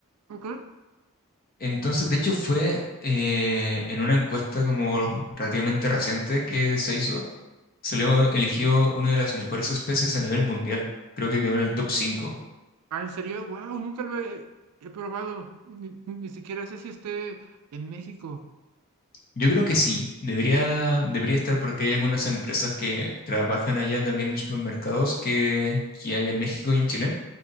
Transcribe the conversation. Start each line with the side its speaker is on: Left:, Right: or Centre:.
Right: ok.
Left: Entonces, de hecho, fue eh, en una encuesta como relativamente reciente que se hizo, salió elegido una de las mejores especies a nivel mundial. Creo que quedó en el top cinco
Right: Ah, ¿en serio? Wow, nunca lo he, he probado. Ni, ni siquiera sé si esté en México.
Left: Yo creo que sí, debería, debería estar porque hay algunas empresas que trabajan allá también en supermercados que, que hay en México y en Chile.